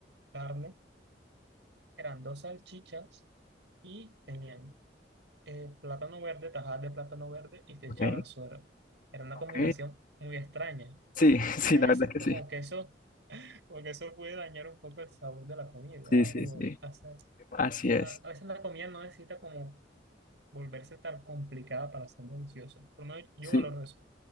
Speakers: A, on the right; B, on the left.
A: Carne Eran dos salchichas y tenían eh, plátano verde, tajadas de plátano verde y te
B: Ok,
A: echaban suero. Era una
B: ok.
A: combinación muy extraña,
B: Sí, <laughs> sí,
A: que a
B: la
A: veces
B: verdad es
A: pues,
B: que
A: como
B: sí.
A: que eso, como que eso puede dañar un poco el sabor de la comida.
B: Sí, sí,
A: O
B: sí.
A: hacer, o
B: Así es.
A: sea, a veces la comida no necesita como volverse tan complicada para ser deliciosa. Por lo menos yo
B: Sí.
A: valoro eso.